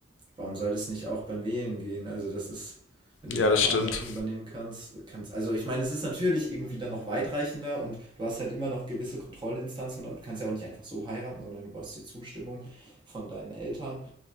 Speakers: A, on the right; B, on the left.
A: Warum soll das nicht auch beim Wählen gehen? Also, das ist, wenn du
B: ja,
A: da
B: das
A: Verantwortung
B: stimmt.
A: übernehmen kannst, kannst, also ich meine, es ist natürlich irgendwie dann noch weitreichender und du hast halt immer noch gewisse Kontrollinstanzen und du kannst ja auch nicht einfach so heiraten, sondern du brauchst die Zustimmung von deinen Eltern.